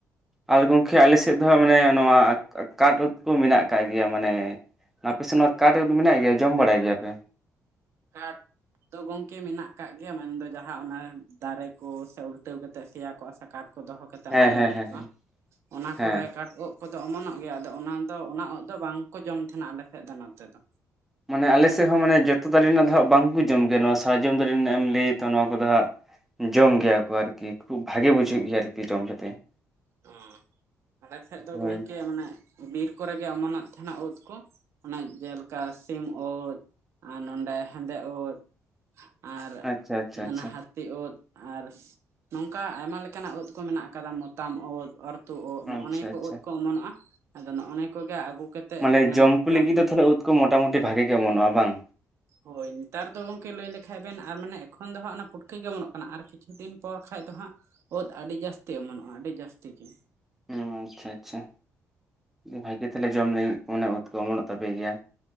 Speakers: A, in the centre; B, on the right (about 55°).
A: ᱟᱨ ᱜᱚᱝᱠᱮ ᱟᱞᱮ ᱥᱮᱫ ᱫᱚ ᱢᱟᱱᱮ ᱱᱚᱣᱟ ᱠᱟᱴ ᱩᱫ ᱠᱚ ᱢᱮᱱᱟᱜ ᱟᱠᱟᱫ ᱜᱮᱭᱟ ᱢᱟᱱᱮ ᱟᱯᱮᱥᱮᱫ ᱱᱚᱣᱟ ᱠᱟᱴ ᱩᱫ ᱢᱮᱱᱟᱜ ᱜᱮᱭᱟ ᱡᱚᱢ ᱵᱟᱲᱟᱭ ᱜᱮᱭᱟᱯᱮ?
B: ᱚᱱᱟᱨ ᱛᱚ ᱜᱚᱝᱠᱮ ᱢᱮᱱᱟᱜ ᱟᱠᱟᱫ ᱜᱮᱭᱟ ᱢᱮᱱᱫᱚ ᱡᱟᱦᱟᱸ ᱚᱱᱟ ᱫᱟᱨᱮ ᱠᱚ ᱥᱮ ᱩᱞᱴᱟᱹᱣ ᱠᱟᱛᱮᱫ ᱥᱮᱭᱟ ᱠᱚᱜᱼᱟ ᱥᱮ ᱠᱟᱴ ᱠᱚ ᱫᱚᱦᱚ ᱠᱟᱛᱮᱫ
A: ᱦᱮᱸ
B: ᱢᱟᱨᱮ
A: ᱦᱮᱸ
B: ᱧᱚᱜ
A: ᱦᱮᱸ ᱦᱮᱸ
B: ᱚᱱᱟ
A: ᱦᱮᱸ
B: ᱠᱚᱨᱮ ᱠᱟᱴ ᱩᱫ ᱠᱚᱫᱚ ᱚᱢᱚᱱᱚᱜ ᱜᱮᱭᱟ ᱟᱫᱚ ᱚᱱᱟᱫᱚ ᱚᱱᱟ ᱩᱫ ᱫᱚ ᱵᱟᱝᱠᱚ ᱡᱚᱢ ᱛᱟᱦᱮᱱᱟ ᱟᱞᱮᱥᱮᱫ ᱫᱚ ᱱᱚᱛᱮ ᱫᱚ᱾
A: ᱢᱟᱱᱮ ᱟᱞᱮ ᱥᱮᱫ ᱦᱚᱸ ᱢᱟᱱᱮ ᱡᱚᱛᱚ ᱫᱟᱨᱮ ᱨᱮᱱᱟᱜ ᱫᱚ ᱦᱟᱸᱜ ᱵᱟᱝᱠᱚ ᱡᱚᱢ ᱜᱮᱭᱟ ᱱᱚᱣᱟ ᱥᱟᱨᱡᱚᱢ ᱫᱟᱨᱮ ᱨᱮᱱᱟᱜ ᱮᱢ ᱞᱟᱹᱭᱟ ᱛᱚ ᱱᱚᱣᱟ ᱠᱚᱫᱚ ᱦᱟᱸᱜ᱾ ᱡᱚᱢ ᱜᱮᱭᱟ ᱠᱚ ᱟᱨᱠᱤ ᱵᱷᱟᱜᱮ ᱵᱩᱡᱷᱟᱹᱜ ᱜᱮᱭᱟ ᱟᱨᱠᱤ ᱡᱚᱢ ᱠᱟᱛᱮᱫ᱾
B: ᱦᱩᱸ ᱟᱞᱮ ᱥᱮᱫ ᱫᱚ
A: ᱦᱳᱭ
B: ᱜᱚᱝᱠᱮ ᱢᱟᱱᱮ ᱵᱤᱨ ᱠᱚᱨᱮᱜᱮ ᱚᱢᱚᱱᱚᱜ ᱛᱟᱦᱮᱱᱟ ᱩᱫ ᱠᱚ ᱚᱱᱟ ᱚᱱᱮ ᱡᱮᱞᱮᱠᱟ ᱥᱤᱢ ᱳᱫ᱾ ᱟᱨ ᱱᱚᱰᱮ ᱦᱮᱸᱫᱮ ᱩᱫ ᱟᱨ
A: ᱟᱪᱪᱷᱟ ᱟᱪᱪᱷᱟ ᱟᱪᱪᱷᱟ
B: ᱚᱱᱟ ᱦᱟᱹᱛᱤ ᱩᱫ ᱟᱨ ᱱᱚᱝᱠᱟ ᱟᱭᱢᱟ ᱞᱮᱠᱟᱱᱟᱜ ᱩᱫ ᱠᱚ ᱢᱮᱱᱟᱜ ᱟᱠᱟᱫᱟ ᱢᱚᱛᱟᱢ ᱩᱫ ᱟᱨ ᱛᱩᱫ ᱳᱫ ᱱᱚᱜᱼᱚ
A: ᱟᱪᱪᱷᱟ
B: ᱱᱤᱭᱟᱹ ᱠᱚ
A: ᱟᱪᱪᱷᱟ
B: ᱩᱫ ᱠᱚ ᱚᱢᱚᱱᱚᱜᱼᱟ ᱟᱫᱚ ᱱᱚᱜᱼ ᱱᱤᱭᱟᱹ ᱠᱚᱜᱮ ᱟᱹᱜᱩ ᱠᱟᱛᱮᱫ
A: ᱢᱟᱱᱮ
B: ᱚᱱᱮ
A: ᱡᱚᱢ ᱠᱚ ᱞᱟᱹᱜᱤᱫ
B: ᱦᱩᱭᱩᱜ
A: ᱫᱚ ᱛᱟᱦᱞᱮ
B: ᱠᱟᱱᱟ
A: ᱩᱫ ᱠᱚ ᱢᱚᱴᱟᱢᱩᱴᱤ ᱵᱷᱟᱜᱮ ᱜᱮ ᱚᱢᱚᱱᱚᱜᱼᱟ ᱵᱟᱝ?
B: ᱦᱳᱭ ᱱᱮᱛᱟᱨ ᱫᱚ ᱜᱚᱝᱠᱮ ᱞᱟᱹᱭ ᱞᱮᱠᱷᱟᱡ ᱵᱮᱱ ᱟᱨ ᱢᱟᱱᱮ ᱮᱠᱷᱚᱱ ᱫᱚ ᱦᱟᱸᱜ ᱚᱱᱟ ᱯᱩᱴᱠᱟᱹ ᱜᱮᱚᱢᱚᱱᱚᱜ ᱠᱟᱱᱟ ᱟᱨ ᱠᱤᱪᱷᱩ ᱫᱤᱱ ᱯᱚᱨ ᱠᱷᱟᱡ ᱫᱚ ᱦᱟᱸᱜ ᱳᱫ ᱟᱹᱰᱤ ᱡᱟᱹᱥᱛᱤ ᱚᱢᱚᱱᱚᱜᱼᱟ ᱟᱹᱰᱤ ᱡᱟᱹᱥᱛᱤ ᱜᱮ᱾
A: ᱟᱪᱪᱷᱟ ᱟᱪᱪᱷᱟ ᱵᱷᱟᱜᱮ ᱜᱮ ᱛᱟᱞᱮ ᱡᱚᱢ ᱞᱟᱹᱜᱤᱫ ᱢᱟᱱᱮ ᱩᱫ ᱠᱚ ᱚᱢᱚᱱᱚᱜ ᱛᱟᱯᱮ ᱜᱮᱭᱟ